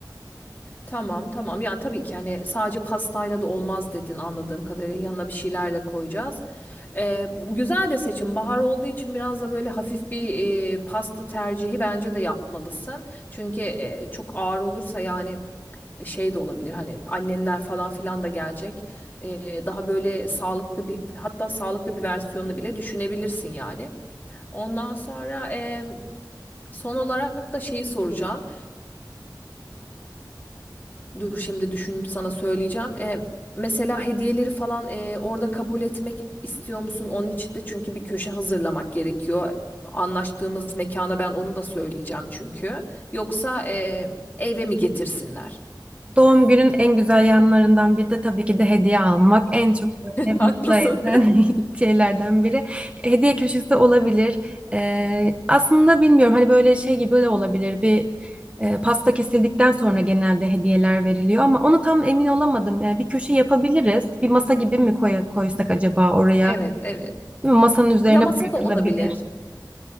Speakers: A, on the left; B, on the right.
A: Tamam tamam ya tabii ki hani sadece pastayla da olmaz dedin anladığım kadarıyla yanına bir şeyler de koyacağız. Ee, güzel de seçim bahar olduğu için biraz da böyle hafif bir e, pasta tercihi bence de yapmalısın. Çünkü e, çok ağır olursa yani şey de olabilir hani annenler falan filan da gelecek. Ee, daha böyle sağlıklı bir hatta sağlıklı bir versiyonunu bile düşünebilirsin yani. Ondan sonra e, son olarak da şeyi soracağım. Dur şimdi düşünüp sana söyleyeceğim. E, mesela hediyeleri falan e, orada kabul etmek istiyor musun? Onun için de çünkü bir köşe hazırlamak gerekiyor. Anlaştığımız mekana ben onu da söyleyeceğim çünkü. Yoksa e, eve mi getirsinler?
B: Doğum günün en güzel yanlarından biri de tabii ki de hediye almak. En çok böyle
A: <laughs> Haklısın.
B: mutlu eden <laughs> şeylerden biri. Hediye köşesi olabilir. Ee, aslında bilmiyorum hani böyle şey gibi de olabilir. Bir e, pasta kesildikten sonra genelde hediyeler veriliyor ama onu tam emin olamadım. Yani bir köşe yapabiliriz. Bir masa gibi mi koy- koysak acaba oraya?
A: Evet, evet.
B: Değil mi? Masanın üzerine
A: Ya masa
B: bırakılabilir.
A: da olabilir.